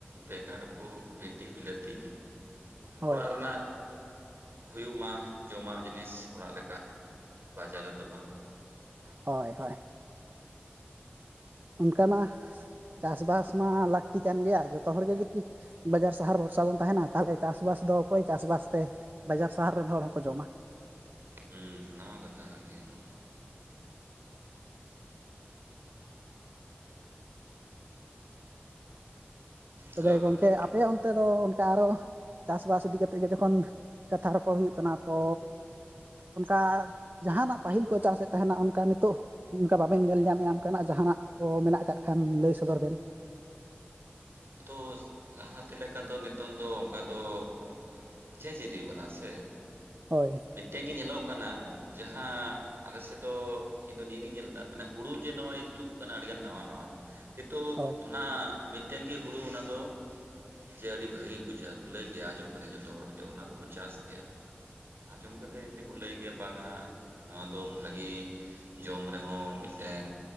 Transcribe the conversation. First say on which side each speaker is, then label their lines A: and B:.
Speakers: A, on the right; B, on the right.
A: ᱵᱮᱸᱜᱟᱲ ᱠᱩ ᱵᱷᱤᱰᱤ ᱵᱤᱞᱟᱹᱛᱤ
B: ᱦᱳᱭ
A: ᱚᱲᱟᱜ ᱨᱮᱱᱟᱜ ᱦᱩᱭᱩᱜ ᱢᱟ ᱡᱚᱢᱟᱜ ᱡᱤᱱᱤᱥ ᱚᱲᱟᱜ ᱞᱮᱠᱟ ᱵᱟᱡᱟᱨ ᱨᱮ ᱫᱚ ᱵᱟᱝ
B: ᱦᱚᱭ ᱦᱚᱭ ᱚᱱᱠᱟ ᱢᱟ ᱪᱟᱥᱵᱟᱥ ᱢᱟ ᱞᱟᱹᱠᱛᱤ ᱠᱟᱱ ᱜᱮᱭᱟ ᱡᱚᱛᱚ ᱦᱚᱲᱜᱮ ᱡᱩᱫᱤ ᱵᱟᱡᱟᱨ ᱥᱟᱦᱟᱨ ᱵᱷᱚᱨᱥᱟ ᱵᱚᱱ ᱛᱟᱦᱮᱱᱟ ᱛᱟᱦᱚᱞᱮ ᱪᱟᱥᱵᱟᱥ ᱫᱚ ᱚᱠᱚᱭ ᱪᱟᱥᱵᱟᱥᱛᱮ ᱵᱟᱡᱟᱨ ᱥᱟᱦᱟᱨ ᱨᱮᱱ ᱦᱚᱲ ᱦᱚᱸᱠᱚ ᱡᱚᱢᱟ ᱾
A: ᱦᱩᱸ ᱚᱱᱟ ᱢᱟ ᱠᱟᱛᱷᱟ ᱠᱟᱱ ᱜᱮᱭᱟ ᱾
B: ᱛᱚᱵᱮ
A: ᱦᱮᱞᱳ ᱜᱚᱢᱠᱮ
B: ᱜᱚᱝᱠᱮ ᱟᱯᱮ ᱚᱱᱛᱮ ᱫᱚ ᱚᱱᱠᱟ ᱟᱨᱚ ᱪᱟᱥᱵᱟᱥ ᱤᱫᱤ ᱠᱟᱛᱮ ᱜᱮ ᱡᱚᱠᱷᱚᱱ ᱠᱟᱛᱷᱟ ᱨᱚᱯᱚᱲ ᱦᱩᱭᱩᱜ ᱠᱟᱱᱟ ᱛᱚ ᱚᱱᱠᱟ ᱡᱟᱦᱟᱱᱟᱜ ᱯᱟᱹᱦᱤᱞ ᱠᱚ ᱪᱟᱥ ᱥᱮᱫ ᱛᱟᱦᱮᱱᱟ ᱚᱱᱠᱟ ᱱᱤᱛᱚᱜ ᱚᱝᱠᱟ ᱵᱟᱵᱮᱱ ᱧᱮᱞ ᱧᱟᱢᱮᱜᱼᱟ ᱚᱱᱠᱟᱱᱟᱜ ᱡᱟᱦᱟᱱᱟᱜ ᱠᱚ ᱢᱮᱱᱟᱜ ᱟᱠᱟᱫ ᱠᱷᱟᱱ ᱞᱟᱹᱭ ᱥᱚᱫᱚᱨ ᱵᱮᱱ ᱾
A: ᱛᱚ ᱞᱟᱦᱟᱛᱮ ᱞᱮᱠᱟ ᱫᱚ ᱱᱤᱛᱚᱝ ᱫᱚ ᱚᱱᱠᱟ ᱫᱚ ᱾ ᱪᱮᱪ ᱤᱫᱤ ᱦᱩᱭᱩᱜ ᱠᱟᱱᱟ ᱥᱮ ᱾
B: ᱦᱚᱭ
A: ᱢᱤᱫᱴᱮᱱ ᱜᱮ ᱧᱮᱞᱚᱜ ᱠᱟᱱᱟ ᱡᱟᱦᱟᱸ ᱟᱞᱮᱥᱮᱫ ᱫᱚ ᱤᱧ ᱫᱚ ᱱᱤᱭᱟᱹ ᱜᱤᱧ ᱧᱮᱞ ᱮᱫᱟ ᱢᱟᱱᱮ ᱦᱩᱲᱩ ᱡᱮ ᱱᱚᱜᱼᱚᱭ ᱛᱩᱜ ᱟᱠᱟᱱᱟ ᱟᱹᱰᱤᱜᱟᱱ ᱱᱟᱣᱟ ᱱᱟᱣᱟ ᱠᱤᱱᱛᱩ
B: ᱦᱳᱭ
A: ᱚᱱᱟ ᱢᱤᱫᱴᱮᱱ ᱜᱮ ᱦᱩᱲᱩ ᱚᱱᱟ ᱫᱚ ᱡᱮ ᱟᱹᱰᱤ ᱵᱷᱟᱹᱜᱤ ᱵᱩᱡᱷᱟᱹᱜᱼᱟ ᱞᱟᱹᱭ ᱜᱮᱭᱟ ᱟᱸᱡᱚᱢ ᱠᱟᱫᱟ ᱡᱚᱛᱚ ᱦᱚᱲ ᱡᱮ ᱚᱱᱟ ᱫᱚᱠᱚ ᱪᱟᱥ ᱜᱮᱭᱟ ᱾ ᱟᱡᱚᱢ ᱠᱟᱫᱟᱧ ᱡᱮ ᱠᱚ ᱞᱟᱹᱭ ᱜᱮᱭᱟ ᱵᱟᱝᱟ ᱱᱚᱣᱟ ᱫᱚ ᱵᱷᱟᱹᱜᱤ ᱡᱚᱢ ᱨᱮᱦᱚᱸ ᱢᱤᱫᱴᱮᱱ